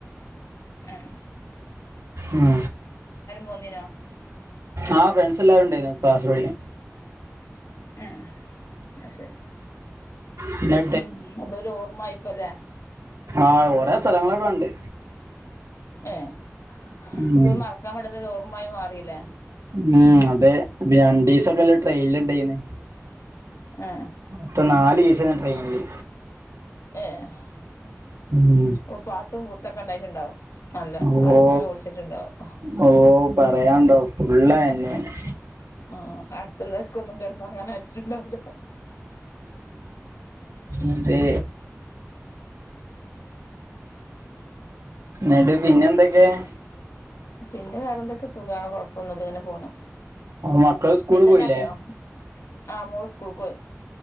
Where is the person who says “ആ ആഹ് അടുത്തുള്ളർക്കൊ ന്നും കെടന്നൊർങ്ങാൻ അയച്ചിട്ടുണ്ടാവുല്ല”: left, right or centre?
Left